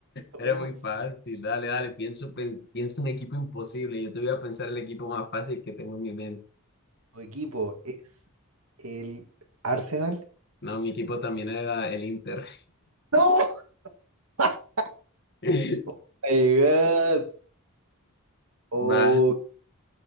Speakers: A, on the left; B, on the right.
A: Era
B: uf,
A: muy fácil, dale, dale, pienso, pen- pienso en equipo imposible. Yo te voy a pensar el equipo más fácil que tengo en mi mente.
B: ¿tu equipo es el Arsenal?
A: No, mi equipo también era el Inter.
B: ¡No! <laughs>
A: <laughs>
B: Oh my God. Oh,
A: Va,